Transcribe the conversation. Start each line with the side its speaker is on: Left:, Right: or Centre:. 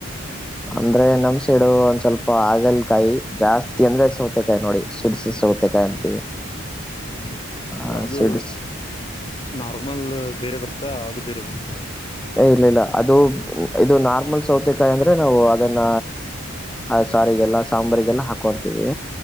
Centre: ಅಂದ್ರೆ ನಮ್ಸೆಡು ಒಂದ್ ಸ್ವಲ್ಪ ಆಗಲ್ಕಾಯಿ ಜಾಸ್ತಿ ತಂದ್ರ ಸೌತೆಕಾಯಿ ನೋಡಿ ಸಿಡ್ಸ ಸೌತೆಕಾಯಿ ಅಂತೀವಿ
Left: ಹ್ಮ್
Centre: ಆ
Left: ಸ ಅದು
Centre: ಸಿಡ್ಸ್
Left: ನಾರ್ಮಲ್ ಬೇರೆ ಬರ್ತ ಅಾ ಅದು ಬೇರೆ ಬತ್
Centre: ಇಲ್ಲ ಇಲ್ಲ ಅದು ಇದು ನಾರ್ಮಲ್ ಸೌತೆಕಾಯಿ ಅಂದ್ರೆ ನಾವು ಅದನ್ನ ಆ ಸಾರಿಗೆಲ್ಲ ಸಾಂಬಾರಿಗೆಲ್ಲ ಹಾಕೊಂತೀವಿ